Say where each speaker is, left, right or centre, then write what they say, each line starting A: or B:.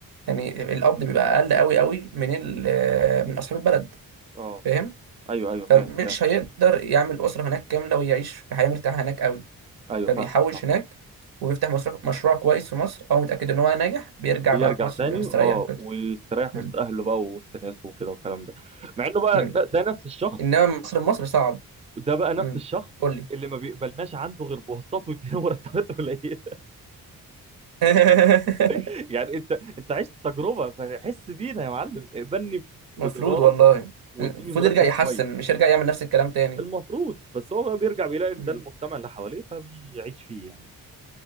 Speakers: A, on the right (about 65°); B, on the right (about 15°).
A: يعني القبض بيبقى اقل قوي قوي من ال- آه، من اصحاب البلد
B: اه
A: فاهم
B: ايوه ايوه
A: فمش
B: فاهم فاهم
A: هيقدر يعمل أسرة هناك كاملة ويعيش في حياة مرتاحة هناك قوي
B: ايوه
A: فبيحوش
B: فاهم فاهم
A: هناك وبيفتح مشروع مشروع كويس في مصر هو متأكد إن هو ناجح بيرجع
B: ويرجع
A: بقى في مصر
B: تاني
A: ويبقى مستريح
B: اه
A: كده
B: ويستريح
A: مم.
B: وسط اهله بقى ووسط ناسه وكده والكلام ده مع انه بقى
A: مم.
B: ده, ده نفس الشخص
A: إنما مصر مصر صعب
B: ده بقى نفس
A: مم.
B: الشخص
A: قول لي
B: اللي ما بيقبلناش عنده غير بواسطات وادينا مرتبات قليله
A: <laughs>
B: <laughs> يعني انت انت عشت التجربه فحس بينا يا معلم اقبلني
A: مفروض
B: بجداره
A: والله مم.
B: واديني
A: المفروض
B: مرتب
A: يرجع يحسن
B: كويس
A: مش يرجع يعمل نفس الكلام تاني
B: المفروض بس هو بقى بيرجع بيلاقي
A: مم.
B: ده المجتمع اللي حواليه فبيعيش فيه يعني